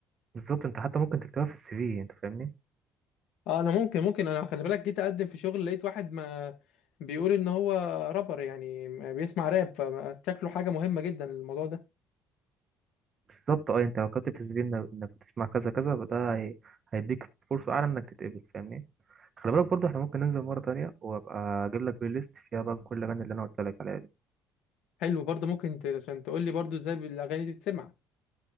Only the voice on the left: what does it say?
اه انا ممكن ممكن انا خلي بالك جيت اقدم في شغل لقيت واحد ما بيقول ان هو رابر يعني بيسمع راب فشكله حاجة مهمة جدا الموضوع ده
حلو برضه ممكن ت- عشان تقول لي برضه ازاي الأغاني دي بتسمع